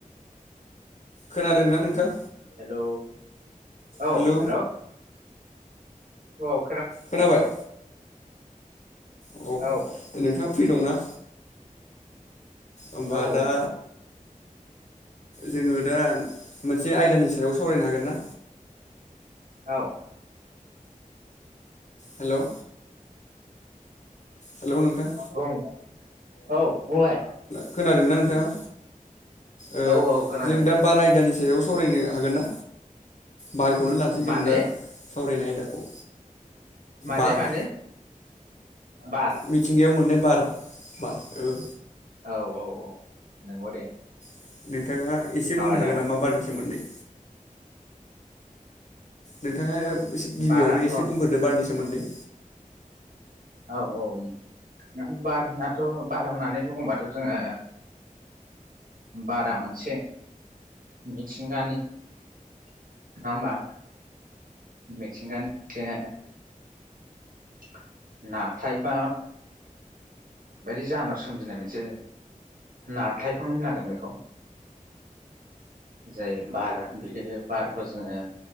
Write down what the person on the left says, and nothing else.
खोनादों ना नोंथां
हेलौ
खोनाबाय अ
नोंथाङा फ्रि दंना ओमबा
दा
जोङो दा मोनसे आयदानि सायाव सावरायनो हागोन ना?
हेलौ हेलौ नोंथां
खोनादोंना नोंथाङा ओ
जों
दा बार आयदानि सायाव सावरायनो हागोन ना? बारखौनो लानोसै जों
दा सावरायनाय आयदाखौ
बार
मिथिंगायाव मोननाय बार हु <unintelligible> ओ
<inaudible> नोंथाङा एसे
बुंनो हागोन नामा बारनि सोमोन्दै? नोंथाङा <unintelligible> इसे गिबियावनो
एसे
बुंग्रोदो बारनि सो मोन्दै